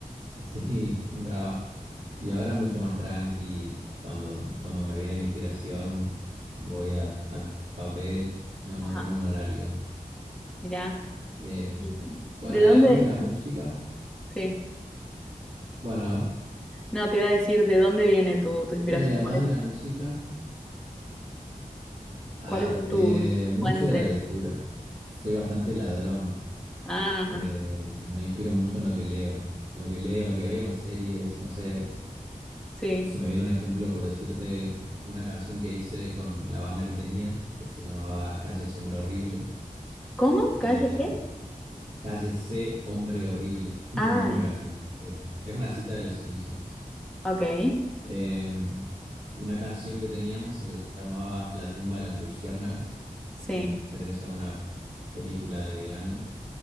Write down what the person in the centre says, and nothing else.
Ajá,
mirá.
¿Y
¿De
dónde?
Sí.
No, te iba a decir, ¿de dónde viene tu, tu inspiración?
¿Cuáles,
cuáles son
tus
fuentes?
Ah,
sí.
¿Cómo? ¿Calle
qué?
Ah,
ok.
Sí,